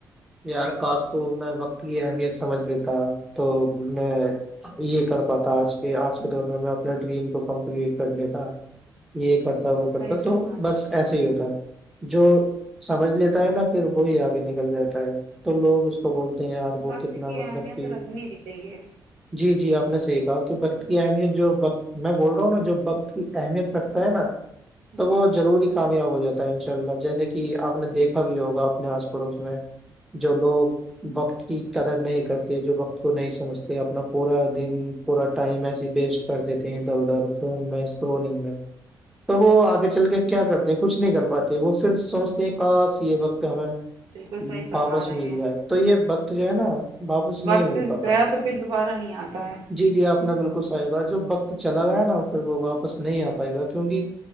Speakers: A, in the centre; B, on the right (about 75°).
A: یار کاس کو میں وقت کی اہمیت سمجھ لیتا تو میں یہ کر پاتا آج کے آج کے دور میں میں اپنے ڈریم کو کمپلیٹ کرنےتا یہ کرتا
B: جی
A: وہ کرتا
B: صحیح
A: تو
B: فرما
A: بس
B: رہے ہیں
A: ایسا ہی ہوتا ہے جو سمجھ لیتا ہے نا پھر وہی آگے نکل جاتا ہے تو لوگ اس تو بولتے ہیں یار وہ
B: وقت
A: کتنا
B: کی
A: مطلب
B: اہمیت
A: کہ
B: رکھنی بھی چاہیے
A: جی جی آپ نے صحیح کہا کہ بق کی اہمیت جو میں بول رہا ہوں نا جو وقت کی اہمیت رکھتا ہے نا تو
B: جی
A: وہ ضروری کامیاب ہو جاتا ہے ان شاء اللہ جیسے کہ آپ نے دیکھا بھی ہوگا اپنے آس پڑوس میں جو لوگ وقت کی قدر نہیں کرتے جو وقت کو نہیں سمجھتے اپنا پورا دن پورا ٹائم ایس ویسٹ کر دیتے ہیں ادھر ادھر فوم میں اسکرولنگ میں تو وہ آگے چل کے کیا کرتے ہیں کچھ نہیں کر پاتے وہ پھر سوچتے ہیں کہ سی یہ وقت ہمیں
B: بالکل صحیح فرما
A: واپس
B: رہے
A: مل
B: ہیں
A: جائے تو یہ وقت جو ہے نا واپس نہیں
B: وقت
A: مل پاتا
B: گیا تو پھر دوبارہ نہیں آتا ہے
A: جی جی آپ نے بالکل سی گا جو وقت چلا گیا ہے نا پھر وہ واپس نہیں آ پائے گا کیونکہ